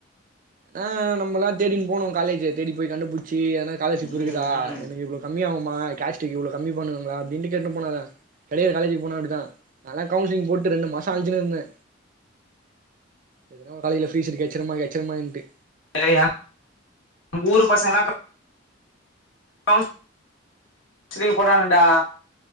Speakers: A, on the right; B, on the left.
A: ஆ நம்ம ‌எலாம் தேடிக்கினூ போனோ காலேஜ் தேடி போய் கண்டுபிடிச்சு ஏதனா காலர்ஷிப்
B: ம்
A: இருக்குதா
B: ம்
A: எனக்கு இவ்ள கம்மி யாகுமா கேஸ்ட்க்கு இவ்ளோ கம்மி பண்ணுவாங்களா அப்டின்னு கேட்னு போனாங்க தனியார் காலேஜ் போனா அப்படி தா நால்லா கவுன்சிலிங் போட்டு ரெண்டு மாசொ அலஞ்சிக்குன்னு இருந்தெ எதுனா ஒரு காலேஜ்ல ஃப்ரீ சீட் கொச்சிரூமா கொச்சிரூமான்ட்டு
B: சரிடா உங்கூர் பசங்களா கவுன்ஸ் ஸ்த்ரீ போட்டானுங்டா